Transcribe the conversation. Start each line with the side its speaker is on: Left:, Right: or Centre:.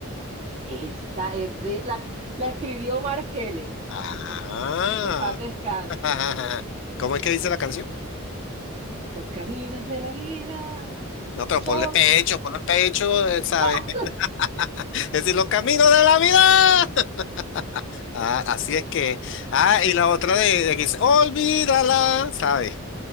Right: Esta es de, la, la escribió Margeles,
Left: Ah.
Right: que en paz descanse,
Left: <laughs>
Right: sí.
Left: ¿Cómo es que dice la canción?
Right: Los caminos de la vida
Left: No, pero
Right: son...
Left: ponle pecho, ponle pecho, eh, ¿sabes?
Right: ¡Ah!
Left: <laughs> Es decir, los caminos de la vida. <laughs> Ah, así es que. Ah, y la otra de, de que dice, olvídala, ¿sabes?